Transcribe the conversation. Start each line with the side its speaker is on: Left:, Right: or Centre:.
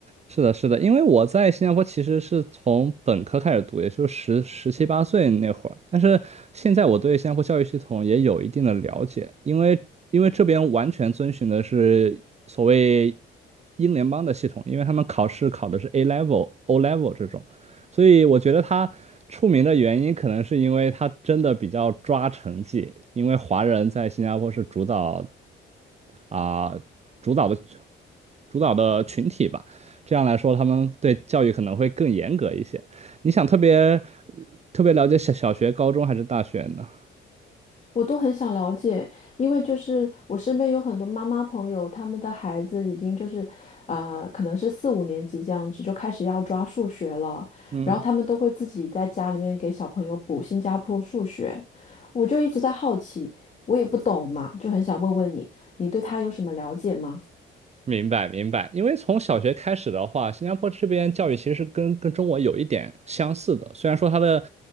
Right: 是的，是的，因为我在新加坡其实是从本科开始读，也就是十十七八岁那会儿。但是现在我对新加坡教育系统也有一定的了解，因为因为这边完全遵循的是所谓英联邦的系统，因为他们考试考的是 A level、O level 这种，所以我觉得它出名的原因可能是因为它真的比较抓成绩，因为华人在新加坡是主导啊、主导的主导的群体吧。这样来说，他们对教育可能会更严格一些。你想特别呃特别了解小小学、高中还是大学呢？
Left: 我都很想了解，因为就是我身边有很多妈妈朋友，他们的孩子已经就是，啊、可能是四五年级这样子就开始要抓数学了，
Right: 嗯，
Left: 然后他们都会自己在家里面给小朋友补新加坡数学，我就一直在好奇，我也不懂嘛，就很想问问你，你对他有什么了解吗？
Right: 明白明白，因为从小学开始的话，新加坡这边教育其实是跟跟中国有一点相似的，虽然说它的